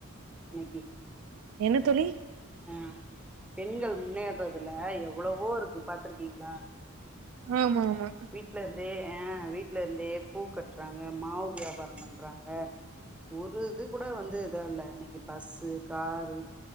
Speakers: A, in the centre; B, on the right (about 70°).
A: இன்னிக்கி
B: என்ன தோழி
A: ஹ பெண்கள் முன்னேறதுல எவ்ளவோ இருக்கு பாத்துருக்கீங்களா
B: ஆமா ஆமா
A: வீட்ல இருந்தே ஹ வீட்டு்ல இருந்தே பூ கட்டுறாங்க மாவு வியாபார பண்றாங்க ஒரு இது கூட வந்து இதா இல்ல அன்னிக்கி பஸ்சு காரு